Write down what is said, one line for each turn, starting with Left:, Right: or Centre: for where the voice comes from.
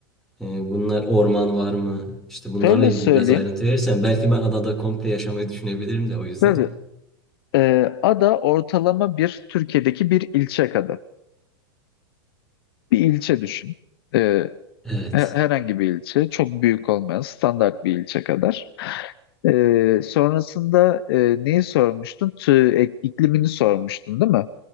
Centre: Ee, bunlar orman var mı? İşte bunlarla
Left: Şöyle
Centre: ilgili
Left: söyleyeyim.
Centre: biraz ayrıntı verirsen belki ben adada komple yaşamayı düşünebilirim de o yüzden.
Left: Tabii. e, ada ortalama bir Türkiye'deki bir ilçe kadar. Bir ilçe düşün. E,
Centre: Evet.
Left: he- herhangi bir ilçe. Çok büyük olmayan standart bir ilçe kadar. E, sonrasında e, neyi sormuştun? Tü, e, iklimini sormuştun değil mi?